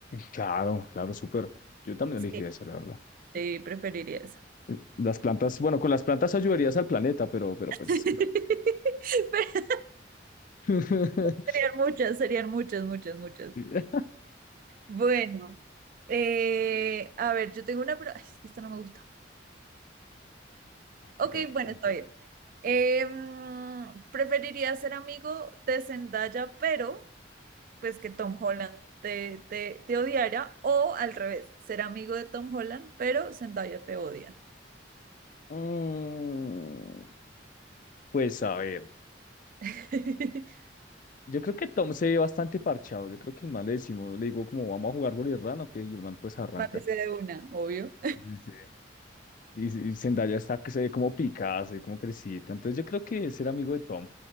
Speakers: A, on the left; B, on the right.
A: Claro, claro, súper. Yo también
B: Sí,
A: elegí esa, la verdad.
B: sí, preferiría eso.
A: Eh, Las plantas, bueno, con las plantas ayudarías al planeta, pero, pero pues
B: <laughs>
A: es que.
B: Pero
A: <laughs>
B: serían muchas, serían muchas, muchas, muchas.
A: Sí. <laughs>
B: Bueno, eh, a ver, yo tengo una, pero ay, es que esto no me gusta.
A: Tranqui,
B: Ok,
A: tranqui,
B: bueno,
A: piensa.
B: está bien. Eh, mm, preferiría ser amigo de Zendaya, pero pues que Tom Holland te, te, te odiara, o al revés, ser amigo de Tom Holland, pero Zendaya te odia.
A: Mm, pues a ver,
B: <laughs>
A: yo creo que Tom se ve bastante parchado. Yo creo que el man le decimos, le digo como vamos a jugar bolirrán, ok, y el man pues arranca.
B: Mátese de una, obvio.
A: Sí, sí. Y, y Zendaya está que se ve como picada, se ve como crecida. Entonces yo creo que ser amigo de Tom,